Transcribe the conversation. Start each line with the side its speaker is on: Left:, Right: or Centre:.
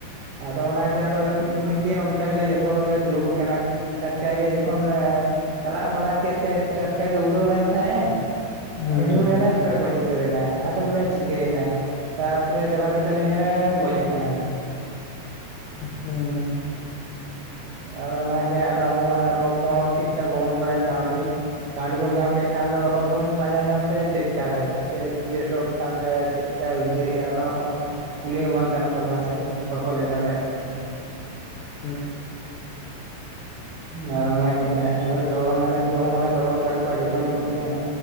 Right: ᱟᱫᱚ ᱚᱱᱟᱜᱮ ᱟᱫᱚ ᱢᱤᱫ ᱫᱤᱱ ᱚᱱᱠᱟᱜᱮ ᱡᱚᱛᱚ ᱞᱮ ᱫᱩᱲᱩᱵ ᱠᱟᱱᱟ᱾ ᱴᱟᱴᱠᱟᱜ ᱜᱮ ᱡᱚᱠᱷᱚᱱ ᱨᱟᱜ ᱵᱟᱲᱟ ᱠᱮᱫ ᱛᱮ ᱴᱟᱴᱠᱟᱜ ᱜᱮ ᱩᱰᱟᱹᱣ ᱞᱮᱱ ᱛᱮᱦᱮ
Left: ᱦᱩᱸ
Right: ᱮ ᱧᱩᱨ‌ ᱮᱱᱟ ᱯᱩᱨᱟᱭ ᱜᱚᱡ ᱩᱛᱟᱹᱨᱮ ᱮᱱᱟ ᱟᱫᱚᱞᱮ ᱪᱤᱠᱟᱹᱭᱮᱱᱟᱭ ᱛᱟᱯᱚᱨᱮ ᱪᱟᱞᱟᱣ ᱠᱟᱛᱮ ᱛᱮᱞᱮ ᱧᱮᱞᱟ ᱜᱚᱡ ᱠᱟᱱᱟᱭ
Left: ᱦᱩᱸ᱾
Right: ᱟᱫᱚ ᱚᱱᱟᱜᱮ ᱟᱫᱚ ᱟᱵᱚ ᱢᱟ ᱨᱳᱜ ᱠᱚᱢᱟ ᱴᱷᱤᱠ ᱴᱷᱟᱠ ᱵᱟᱵᱚᱱ ᱵᱟᱲᱟᱭᱟ ᱠᱟᱹᱣᱰᱤ ᱠᱟᱹᱣᱰᱤ ᱵᱚᱱ ᱧᱟᱢ ᱠᱮᱫ ᱠᱷᱟᱱ ᱫᱚ ᱨᱳᱜᱽ ᱵᱚᱱ ᱯᱟᱸᱡᱟ ᱧᱟᱢ ᱛᱟᱭᱟ, ᱪᱮᱫ ᱠᱟᱨᱮ ᱪᱮᱫ ᱨᱳᱜᱽ ᱠᱟᱱ ᱛᱟᱭᱟ ᱪᱮᱫ ᱠᱟᱭ ᱵᱩᱡᱷᱟᱹᱣᱮᱫ-ᱟ᱾ ᱚᱱᱟ ᱠᱩᱞᱤ ᱦᱚᱸ ᱵᱟᱝ ᱜᱟᱱᱚᱜ ᱛᱟᱵᱚᱱᱟ ᱥᱮ ᱵᱟᱠᱚ ᱞᱟᱹᱭ ᱫᱟᱲᱮᱭᱟᱜ-ᱟ᱾
Left: ᱦᱩᱸ
Right: <unintelligible> ᱚᱱᱟᱜᱮ ᱦᱳᱭᱛᱚ ᱚᱱᱟ ᱡᱚᱢ ᱢᱟᱞᱮ ᱫᱚᱦᱚ ᱟᱠᱟᱫ ᱠᱚᱣᱟ ᱡᱚᱛᱚᱱ ᱠᱚᱫ ᱜᱮ ᱦᱟᱜ